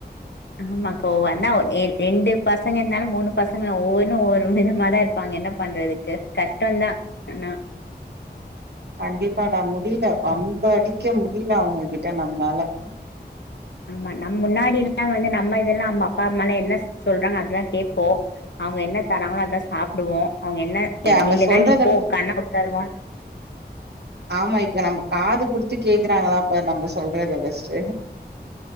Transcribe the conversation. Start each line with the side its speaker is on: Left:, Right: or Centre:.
Left: ஆமாக்கா ஒன்னா ரெ ரெண்டு பசங்க இருந்தாலு மூணு பசங்களு ஒவ்வொன்னு ஒவ்வொரு விதமாதா இருப்பாங்க என்ன பண்றதுக்கு கஷ்டம்தா ஆனா
Right: கண்டிப்பாடா முடில வம்பு அடிக்க முடில அவங்க கிட்ட நம்மளால
Left: ஆமா நம் முன்னாடி எல்லா வந்து நம்ம இதெல்லா நம்ம அப்பா அம்மாலா என்ன சொல்றாங்க அதுதா கேப்போ அவங்க என்ன தராங்களோ அதா சாப்பிடுவோ அவங்க என்ன
Right: நம்ம
Left: நில்லுனா
Right: சொல்றத
Left: நிப்போ உக்காருனா உக்காருவோ
Right: ஆமா இப்ப நம்ம காது குடுத்து கேக்குறாங்களா பாரு நம்ம சொல்றதுத ஃப்ஸ்ட்